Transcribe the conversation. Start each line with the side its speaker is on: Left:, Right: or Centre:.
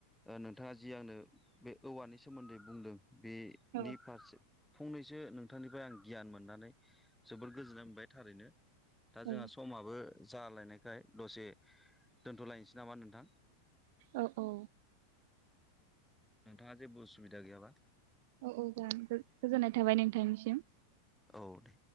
Centre: ओ नोंथाङा जि आंनो बे औवानि सोमोन्दै बुंदों। बेनि
Right: औ
Centre: फारसे फंनैसो नोंथांनिफ्राय आं गियान मोननानै जोबोद गोजोननाय मोनबाय थारैनो दा
Right: औ
Centre: जोंहा समाबो जालायनायखाय दसे दोनथ'लायनोसै नामा नोंथां।
Right: औ औ
Centre: नोंथाङा जेबो उसुबिदा गैयाबा।
Right: औ औ जागोन गोजोननाय थाबाय नोंथांनिसिम।
Centre: औ दे